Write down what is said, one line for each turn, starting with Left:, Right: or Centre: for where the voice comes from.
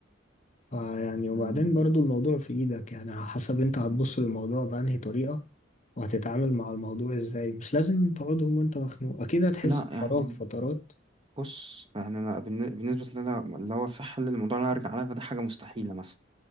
Left: آه يعني وبعدين
Right: يعني-
Left: برضو الموضوع في ايدك يعني على حسب انت هتبص للموضوع بأنهي طريقة وهتتعامل مع الموضوع ازاي مش لازم تقعدهم وانت مخنوق اكيد هتحس
Right: لا يعني
Left: بفراغ فترات
Right: بص يعني أنا بالن- بالنسبة لي أنا اللي هو في حل الموضوع اللي أنا أرجع لها فده حاجة مستحيلة مثلا